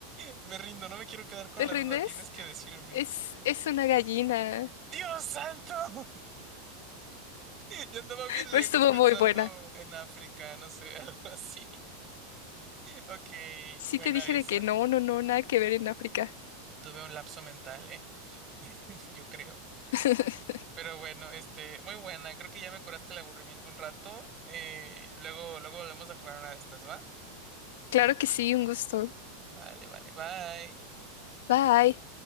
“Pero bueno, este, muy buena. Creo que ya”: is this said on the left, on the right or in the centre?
Right